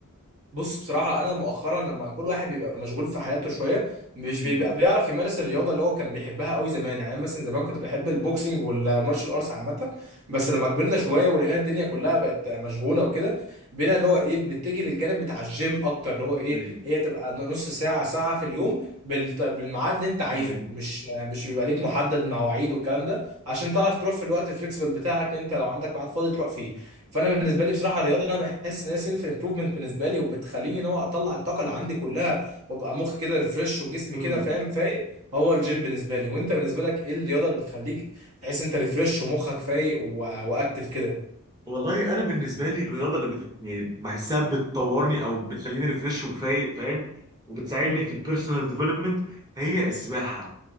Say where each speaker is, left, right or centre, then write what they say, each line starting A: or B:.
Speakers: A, on the right; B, on the right.
A: بص بصراحة أنا مؤخرا لما كل واحد بيبقى مشغول في حياته شوية مش
B: مم.
A: بيبقى بيعرف يمارس الرياضة اللي هو كان بيحبها قوي زمان يعني أنا مثلا زمان كنت بحب البوكسنج والمارشال ارتس عامة بس لما كبرنا شوية ولقينا الدنيا كلها بقت مشغولة وكده بقينا اللي هو إيه بنتجه للجانب بتاع الجيم أكتر اللي هو إيه
B: ايوه
A: هي تبقى نص ساعة ساعة في اليوم بالت- بالميعاد اللي أنت عايزه
B: ايوه
A: مش مش بيبقى ليك محدد مواعيد والكلام ده عشان تعرف تروح في الوقت الفليكسبل بتاعك أنت لو عندك ميعاد فاضي تروح فيه فانا بالنسبه لي بصراحه الرياضه انا بحس ان هي سيلف امبروفمنت بالنسبه لي وبتخليني ان هو اطلع الطاقه اللي عندي كلها وابقى مخي كده ريفرش وجسمي
B: مم.
A: كده فاهم فايق هو الجيم بالنسبه لي وانت بالنسبه لك ايه الرياضه اللي بتخليك تحس انت ريفرش ومخك فايق و... واكتف كده
B: والله انا بالنسبه لي الرياضه اللي بت... يعني بحسها بتطورني او بتخليني ريفريش وفايق فاهم وبتساعدني
A: مم.
B: في البيرسونال ديفلوبمنت هي السباحه